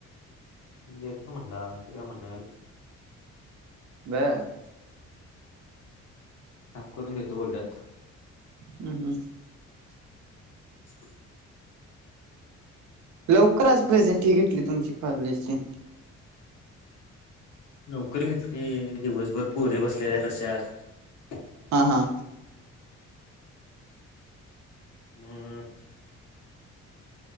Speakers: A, on the left; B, on the right.
A: येत ना म्हणला तू काय म्हणणा.
B: <unintelligible>
A: साफ करून देतो बोलल्यात.
B: हम्म हम्म.
A: <inaudible>
B: लवकर आच प्रेझेंट ही घेतली तुमची कजची
A: नोकररी घेतली दिवसभर पोरी बसलेल्या तशात
B: हा हा.
A: हम्.